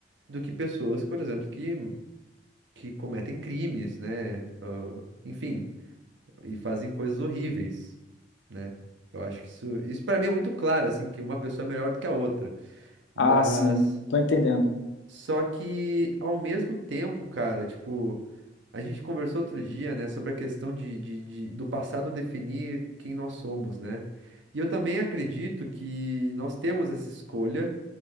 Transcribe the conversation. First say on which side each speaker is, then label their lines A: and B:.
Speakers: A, on the right; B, on the left.
A: do que pessoas, por exemplo, que, que cometem crimes, né? Ah, enfim, e fazem coisas horríveis, né? Eu acho que isso, isso para mim é muito claro, assim, que uma pessoa é melhor do que a outra. Mas
B: Ah, sim, tô entendendo.
A: só que ao mesmo tempo, cara, tipo, a gente conversou outro dia, né, sobre a questão de, de, de- do passado definir quem nós somos, né? E eu também acredito que nós temos essa escolha